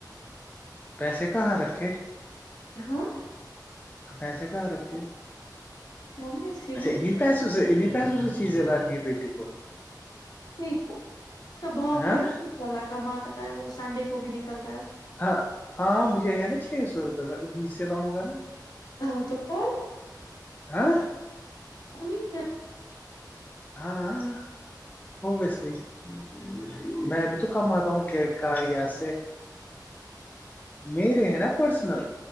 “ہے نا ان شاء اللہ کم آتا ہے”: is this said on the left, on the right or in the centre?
Left